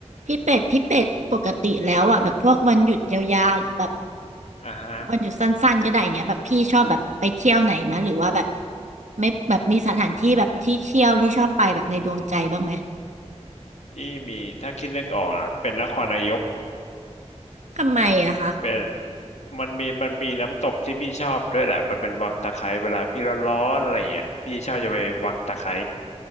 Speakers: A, on the right (about 80°); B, on the left (about 70°).
A: พี่เป็ดพี่เป็ดปกติแล้วอ่ะแบบพวกวันหยุดยาวๆหรือแบบ
B: อ่าฮะ
A: วันหยุดสั้นๆก็ได้อย่างเงี้ยแบบพี่ชอบแบบไปเที่ยวไหนมะหรือว่าแบบไม่แบบมีสถานที่แบบที่เที่ยวที่ชอบไปแบบในดวงใจบ้างไหม
B: ที่มีถ้าคิดนึกออกนะเป็นนครนายก
A: ทำไมอะคะ
B: เป็นมันมีมันมีน้ำตกที่พี่ชอบด้วยแหละมันเป็นวังตะไคร้เวลาพี่ร้อนๆอะไรเงี้ยพี่ชอบจะไปวังตะไคร้